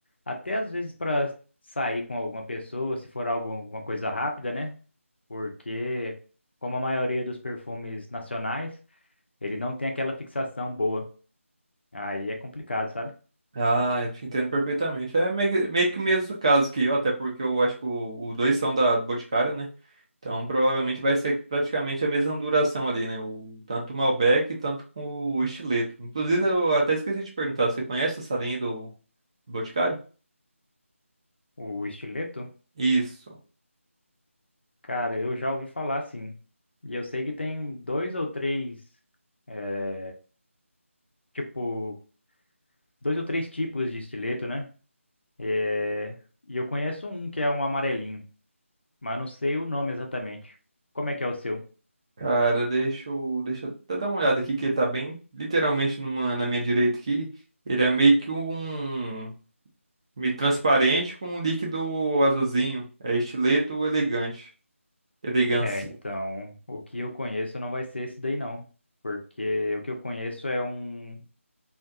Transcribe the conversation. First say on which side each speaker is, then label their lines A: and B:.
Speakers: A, on the left (about 50°); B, on the right (about 25°).
A: até às vezes para sair com alguma pessoa, se for algo, alguma coisa rápida, né? Porque como a maioria dos perfumes nacionais, ele não tem aquela fixação boa. Aí é complicado, sabe?
B: Ah, eu te entendo perfeitamente. É meio que, meio que o mesmo caso que eu, até porque eu acho que o- os dois são da do Boticário, né? Então provavelmente vai ser praticamente a mesma duração ali, né? O, tanto o Malbec, tanto com o estileto. Inclusive, eu até esqueci de perguntar, você conhece essa linha do Boticário?
A: O estileto,
B: Isso.
A: cara, eu já ouvi falar sim. E eu sei que tem dois ou três é, tipo, dois ou três tipos de estileto, né? É, E eu conheço um que é um amarelinho. mas não sei o nome exatamente. Como é que é o seu?
B: Cara, deixa eu, deixa eu até dar uma olhada aqui, que ele tá bem literalmente numa- na minha direita aqui. Ele é meio que um meio transparente com um líquido azulzinho. É estileto elegante. Elegância.
A: É, então, o que eu conheço não vai ser esse daí não, porque o que eu conheço é um